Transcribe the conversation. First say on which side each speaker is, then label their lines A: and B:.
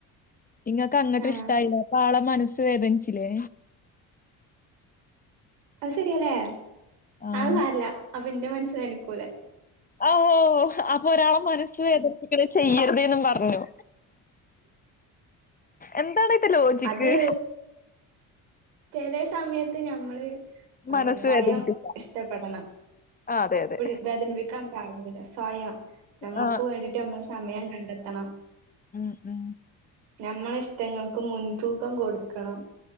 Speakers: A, on the left; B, on the right.
A: ഇങ്ങക്ക് അങ്ങട്ട്
B: ആഹ്
A: ഇഷ്ടായില്ല ആളെ മനസ്സ് വേദനിച്ചിലേ?
B: അത് സര്യാല്ലേ
A: ആഹ്
B: അഹ് സാരല്ല അപ്പം ഇന്റെ മൻസ്സ് വേൻക്കൂലെ?
A: അ ഓ ഓ അപ്പൊ ഒരാളെ മനസ്സ് വേദനിപ്പിക്ക ചെയ്യര്തേന്നും പർഞ്ഞു. എന്താണ്? ഇതിന്റെ ലോജിക്ക്
B: അത് ചെല സമയത്ത് ഞമ്മള് ആ
A: മനസ്സ്
B: സ്വയം
A: വേദനിപ്പിക്കാം
B: ഇഷ്ടപ്പെടണം
A: ആ അതെ
B: എപ്പഴും
A: അതെ
B: വേദനിപ്പിക്കാ പാടൂല്ല സ്വയം നമ്മക്ക്
A: ആ
B: വേണ്ടിട്ട് നമ്മൾ സമയം കണ്ടെത്തണം.
A: മ് മ്
B: നമ്മളെ ഇഷ്ടങ്ങൾക്ക് മുൻതൂക്കം കൊടുക്കണം.